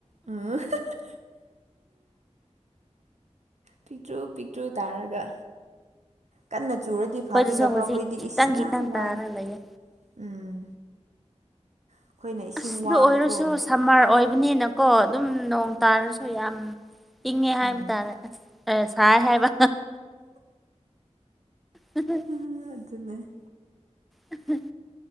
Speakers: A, on the right; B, in the centre.
A: ꯑ <unintelligible> ꯄꯤꯛꯇ꯭ꯔꯨ ꯄꯤꯛꯇ꯭ꯔꯨ ꯇꯥꯔꯒ ꯀꯟꯅ ꯆꯨꯔꯗꯤ
B: ꯑꯩꯈꯣꯏꯗꯁꯨ
A: ꯐꯥꯒꯗꯕ
B: ꯍꯧꯖꯤꯛ
A: ꯑꯩꯈꯣꯏꯗꯤ
B: ꯈꯤꯇꯪ
A: ꯏꯁꯤꯡ
B: ꯈꯤꯇꯪ
A: ꯌꯥꯝ ꯋꯥꯏꯌꯦ
B: ꯇꯥꯔ ꯂꯩꯌꯦ
A: ꯎꯝ ꯑꯩꯈꯣꯏꯅ ꯏꯁꯤꯡ
B: ꯑꯁ ꯑꯗꯨ
A: ꯋꯥꯕꯀꯣ
B: ꯑꯣꯏꯔꯁꯨ ꯁꯝꯃꯔ ꯑꯣꯏ ꯅꯦꯅꯀꯣ ꯑꯗꯨꯝ ꯅꯣꯡ ꯇꯥꯔꯁꯨ ꯌꯥꯝ ꯏꯪꯉꯦ ꯍꯥꯏꯕ
A: ꯎꯝ
B: ꯇꯥꯔꯦ ꯑꯁ ꯑꯦ ꯁꯥꯏ ꯍꯥꯏꯕ <unintelligible>
A: <unintelligible> ꯑꯗꯨꯅꯦ
B: <unintelligible>